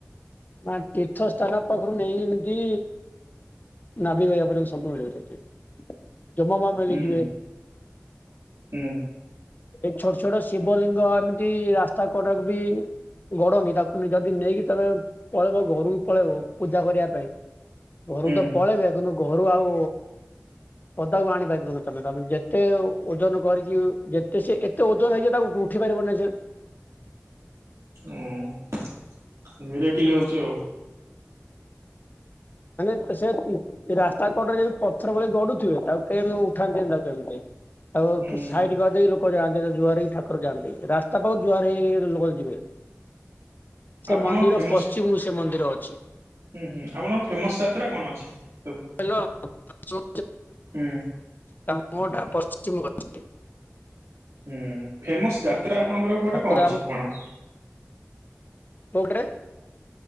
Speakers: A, on the left (about 40°); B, on the right (about 85°).
A: ନା ତୀର୍ଥ ସ୍ଥାନ ପାଖରୁ ନେଇ ଏମିତି ନାଭିିବା ପଯ୍ୟାନ୍ତ ସବୁ ମିଳିବ ସେଠି। ଯମ ମା ମିଳି
B: ହୁଁ
A: ଯିବେ।
B: ହୁଁ।
A: ଏଇ ଛୋଟ ଛୋଟ ଶିବଲିଙ୍ଗ ଏମିତି ରାସ୍ତା କଡକୁ ବି ଗଡନି ତାକୁ ଯଦି ନେଇକି ତମେ ପଳେଇବ ଘରକୁ ପଳେଇବ ପୂଜା କରିବା ପାଇଁ ଘରୁ
B: ହୁଁ
A: ତ ପଳେଇବେ କିନ୍ତୁ ଘରୁ ଆଉ ପଦାକୁ ଆଣିପାରିବନି ତମେ ତମେ ଯେତେ ଓଜନ କରିକି ଯେ ତେ ସେ ଏତେ ଓଜନ ହେଇଯିବ ତାକୁ ଉଠେଇ ପାରିବନି ସେ।
B: ହୁଁ ହୁଁ ମିରାକିଲ ହଉଚି ଆଉ।
A: ମାନେ ସେ ରାସ୍ତା କଡରେ ଯେମିତି ପଥର ଭଳି ଗଡୁଥିବେ ତାକୁ କେହି ଉଠାନ୍ତି ତାକୁ କେମିତି? ଆଉ କି
B: ହୁଁ
A: ସାଇଡ କରିଦେଇ ଲୋ ଲୋକ ଯାଆନ୍ତି ଜୁଆର ହେଇ ଠାକୁର ଯାଆନ୍ତି ରାସ୍ତା ପାଖରୁ ଜୁଆର ହେଇ ହେଇ ଲୋକ ଯିବେ। ସେ
B: ଆପଣ
A: ମନ୍ଦିର
B: ଫେମସ
A: ପଶ୍ଚିମକୁ ସେ ମନ୍ଦିର ଅଛି। ଅଛି।
B: ହୁଁ ହୁଁ। ଆପଣ ଫେମସ୍ ଯାତ୍ରା କଣ ଅଛି? ସବୁ
A: ହାଲୋ। <unintelligible>
B: ହୁଁ।
A: କାମ ଟା ପଶ୍ଚିମ ଗଛରେ।
B: ହୁଁ ଫେମସ୍ ଟା। ତ୍ରା ଆପଣଙ୍କର ଏପଟେ
A: ଠାକୁର
B: କଣ ଅଛି କଣ?
A: କୋଉଡ୍ରେ?